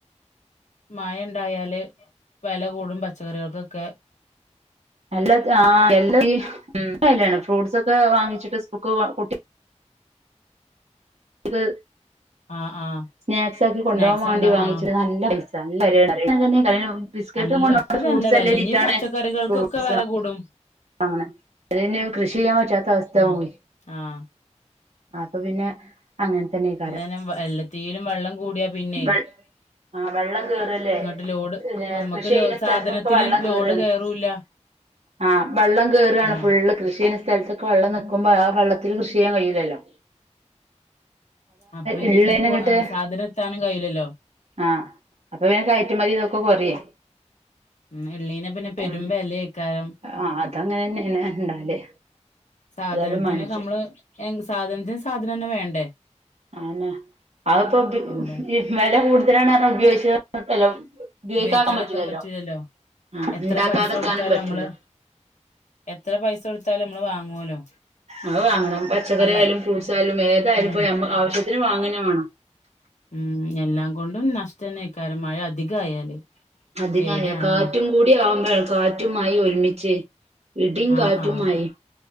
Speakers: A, on the left (about 75°); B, on the right (about 65°).
A: മഴ ഇണ്ടായാല് വില കൂടും പച്ചക്കറികൾക്കൊക്കെ
B: എല്ലാ ആ <unintelligible> ഉം <unintelligible> ഫ്രൂട്ട്സ് ഒക്കെ വാങ്ങിച്ചിട്ട്ക്ക് സ്കൂൾക്ക് കുട്ടി ഇത്
A: ആഹ് ആഹ്
B: സ്നാക്സ് ആക്കി കൊണ്ട്
A: സ്നാക്സ്
B: പോകാൻ വേണ്ടി
A: ഉണ്ടോ
B: വാങ്ങിച്ചത്
A: ആഹ്
B: നല്ല പൈസ <unintelligible> ബിസ്ക്കറ്റും
A: നല്ല
B: കൊണ്ടോണ്‌ണ്ട്‌
A: ഒക്കെ
B: ഫ്രൂട്ട്സ്
A: നല്ല വില
B: എല്ലാം <unintelligible>
A: ഇനി പച്ചക്കറികൾക്കൊക്കെ
B: ഫ്രൂട്ട്സാ
A: വില കൂടും
B: അങ്ങന അതെന്നെ കൃഷി ചെയ്യാൻ പറ്റാത്ത അവസ്ഥ
A: ഉം
B: ആകുവേ
A: ആഹ്
B: അപ്പൊ പിന്നെ അങ്ങനെ തന്നെയ്
A: ഇങ്ങനെ വ എല്ലട്‌ത്തീലും വെള്ളം കൂടിയാ പിന്നെ
B: വെ ആഹ് വെള്ളം കേറുകയല്ലേ
A: ഇങ്ങോട്ട് ലോഡ്
B: പിന്ന
A: നമ്മുക്ക്
B: കൃഷി ചെയ്യുന്ന
A: ലോ
B: സ്ഥലത്തൊക്കെ
A: സാധനത്തിന്
B: വെള്ളം
A: ലോഡ്
B: കയറുകയാണ്
A: കയറൂല്ല
B: ആഹ് വെള്ളം കേറുകയാണ്
A: ആഹ്
B: ഫുള്ള് കൃഷി ചെയ്യുന്ന സ്ഥലത്തൊക്കെ വെള്ളം നിക്കുമ്പോ ആ വെള്ളത്തിൽ കൃഷി ചെയ്യാൻ കഴിയില്ലല്ലോ
A: അപ്പൊ പിന്നെ
B: ഇള്ളേന്
A: ങ്ങട്ട് പോ
B: ഇങ്ങട്ട്
A: സാധനം എത്താനും കഴിയില്ലല്ലോ
B: ആഹ് അപ്പൊ പിന്നെ കയറ്റുമതി ഇതൊക്ക കൊറയു.
A: മ്മക് എള്ളീനെ പിന്നെ പെരും
B: ഉം
A: വെലയ്ക്കാരം
B: ആഹ് അതങ്ങനെ തന്നെയാണ് ഇണ്ടാവല്
A: സാധനത്തിനൊക്ക
B: ഏതായാലും മനുഷ്യ
A: നമ്മള് എന്ത് സാധനത്തിന് സാധനം തന്നെ വേണ്ടേ
B: അതെന്നെ അതിപ്പോ പി
A: എന്താ
B: ഈ വില കൂടുതലാണ് പർഞ്ഞ് ഉപയോഗിക്കാതെ നിക്കുലല്ലൊ ഉപയോഗിക്കാതെ
A: ഉപയോഗിക്കാതെക്കാൻ
B: നിക്കാൻ പറ്റില്ലല്ലോ
A: പറ്റൂലല്ലോ
B: ആഹ്
A: എത്ര
B: ഉണ്ടാക്കാതെക്കാനും
A: പൈസ കൊടുത്താലും
B: പറ്റൂല.
A: നമ്മള് എത്ര പൈസ കൊടുത്താലും നമ്മള് വാങ്ങുവല്ലോ
B: അത് വാങ്ങണം പച്ചക്കറി
A: അല്ല
B: ആയാലും ഫ്രൂട്ട്സ് ആയാലും ഏതായാലും
A: ഉം
B: പ്പോ ഞമ്മക്ക് ആവശ്യത്തിന് വാങ്ങുക തന്നെ വേണം.
A: ഉം എല്ലാം കൊണ്ടും നഷ് റ്റന്നേയ്ക്കാരം മഴ അധികായാല്
B: അധികായാ
A: പേടിയാണാണോ
B: കാറ്റും കൂടി ആവുമ്പഴാണ് കാ റ്റും മഴേം ഒരുമിച്ചെ ഇടിം,
A: ആഹ്
B: കാറ്റും,
A: ആഹ്
B: മഴേം